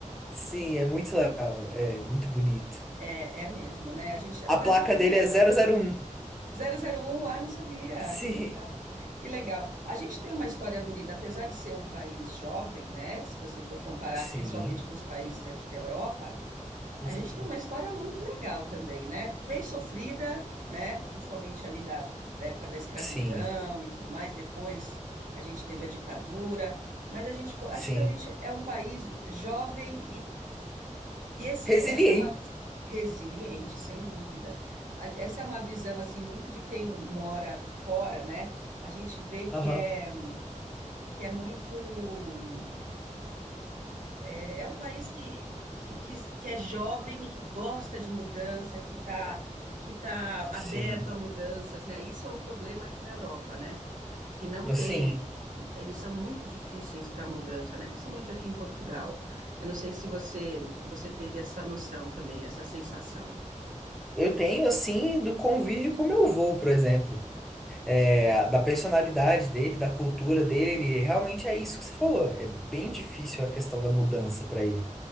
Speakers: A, in the centre; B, on the right.
A: Sim, é muito legal, é muito bonito.
B: É, é mesmo, né? A gente, o
A: A
B: Brasil
A: placa
B: tem
A: dele
B: uma história
A: é zero zero um
B: zero zero um ah, não sabia.
A: Sim,
B: Que legal. Que legal. A gente tem uma história bonita, apesar de ser um país jovem, né? Se você for comparar
A: sim,
B: principalmente com os países aqui da Europa,
A: com
B: a
A: certeza.
B: gente tem uma história muito legal também, né? Bem sofrida, né? Principalmente ali da, da época da escravidão
A: Sim,
B: e tudo mais. Depois a gente teve a ditadura, mas a gente, co- acho
A: sim.
B: que a gente é um país jovem e esse,
A: Resiliente.
B: essa é uma visão resiliente, sem dúvida. A- Essa é uma visão assim muito de quem mora fora, né? A gente vê que
A: Aham.
B: é que é muito é, é um país que, que, que, que é jovem e que gosta de mudança, que está que tá aberto
A: Sim.
B: a mudanças, né? Isso é um problema aqui na Europa, né? Que não
A: Assim,
B: tem Eles são muito difíceis para mudança, né? Principalmente aqui em Portugal. Eu não sei se você você teve essa noção também, essa sensação.
A: eu tenho, assim, do convívio com meu avô, por exemplo. é, da personalidade dele, da cultura dele, ele- realmente é isso que você falou. É bem difícil a questão da mudança para ele.